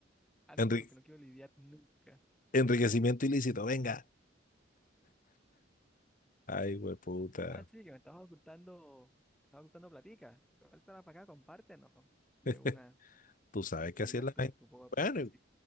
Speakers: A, in the centre; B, on the left.
A: algo
B: Enri-
A: con lo que no quiero lidiar nunca.
B: enriquecimiento ilícito, venga. Ay, güey, puta.
A: Ah, sí, que me estabas ocultando, me estabas ocultando platica. Suéltala para acá, compártenos. De
B: <laughs>
A: una,
B: Tú sabes que
A: te
B: así
A: quitan
B: es la
A: tu,
B: gente.
A: tu poco de plata,
B: Bueno,
A: así.